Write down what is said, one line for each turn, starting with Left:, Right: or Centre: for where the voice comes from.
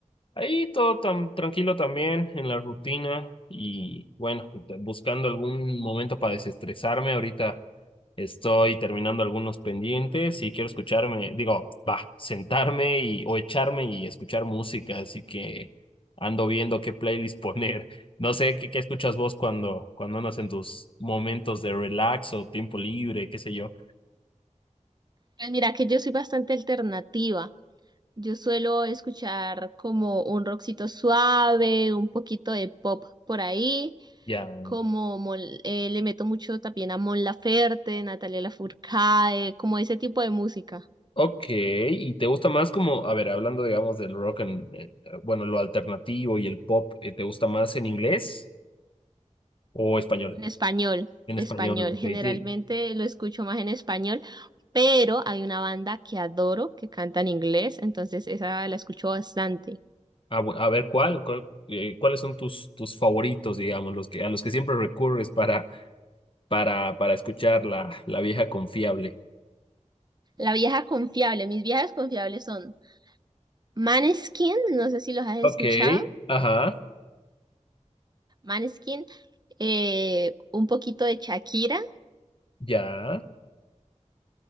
Left: Ahí todo tan tranquilo también en la rutina y bueno, buscando algún momento para desestresarme. Ahorita estoy terminando algunos pendientes y quiero escucharme, digo, va, sentarme y o echarme y escuchar música, así que ando viendo qué playlist <laughs> poner. No sé qué, qué escuchas vos cuando cuando andas en tus momentos de relax o tiempo libre, qué sé yo.
Right: Pues mira que yo soy bastante alternativa. Yo suelo escuchar como un rockcito suave, un poquito de pop por ahí,
Left: Ya.
Right: como Mon- eh, le meto mucho también a Mon Laferte, Natalia Lafourcade, como ese tipo de música.
Left: Ok, ¿y te gusta más como, a ver, hablando digamos del rock, en, en- bueno, lo alternativo y el pop, eh, ¿te gusta más en inglés o español?
Right: En español,
Left: En
Right: español.
Left: español, ok.
Right: Generalmente
Left: Ti-
Right: lo escucho más en español, pero hay una banda que adoro que canta en inglés, entonces esa la escucho bastante.
Left: ah, bu- A, ver, ¿cuál, cuál, eh, cuáles son tus, tus favoritos, digamos, los que, a los que siempre recurres para, para, para escuchar la, la vieja confiable?
Right: La vieja confiable, mis viejas confiables son Maneskin, no sé si los has escuchado,
Left: Ok, ajá,
Right: Maneskin, eh, un poquito de Shakira,
Left: ya.